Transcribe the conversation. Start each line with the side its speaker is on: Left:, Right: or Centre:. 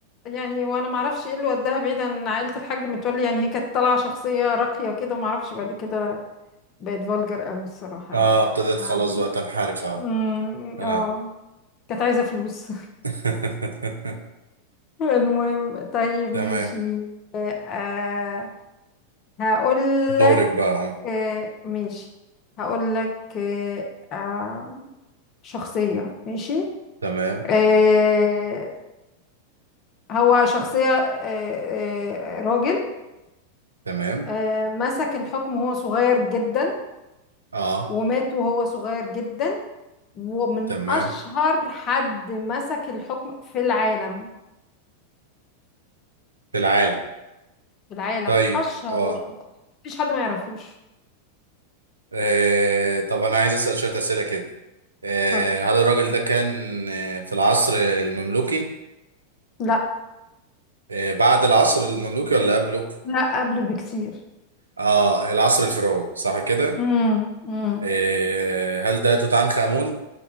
Left: يعني وانا ما اعرفش ايه اللي وداها بعيد عن عائلة الحاج متولي يعني هي كانت طالعة شخصية راقية كده ما اعرفش بعد كده بقت فولجر قوي الصراحة
Right: اه
Left: يعني
Right: ابتديت
Left: اسمها
Right: خلاص بقى تنحرف اه
Left: مم،
Right: اه
Left: اه كانت عايزة فلوس
Right: <laughs>
Left: <laughs> المهم طيب
Right: تمام
Left: ماشي آه هقول
Right: دورك
Left: لك
Right: بقى اه
Left: آه ماشي هقول لك آه آه، شخصية ماشي
Right: تمام
Left: آه هو شخصية آه آه راجل
Right: تمام
Left: آه مسك الحكم وهو صغير جدا
Right: اه
Left: ومات وهو صغير جدا ومن
Right: تمام
Left: أشهر حد مسك الحكم في العالم
Right: في العالم
Left: في العالم
Right: طيب
Left: أشهر
Right: اه
Left: واحد مفيش حد ما يعرفوش
Right: آه، طب انا عايز اسال شويه اسئله كده آه
Left: اتفضل
Right: هل الراجل ده كان آه، في العصر المملوكي
Left: لا
Right: آه بعد العصر المملوكي ولا قبله
Left: لا قبله بكتير
Right: اه العصر الفرعوني صح كده
Left: امم امم
Right: آه هل ده توت عنخ امون